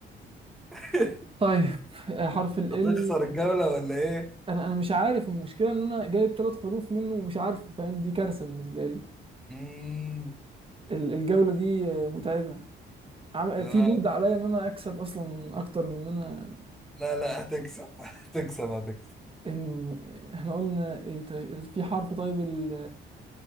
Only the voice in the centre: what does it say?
<laughs>
هتخسر
الجولة ولا ايه؟
مم.
آه.
لا لا هتكسب هتكسب هتكسب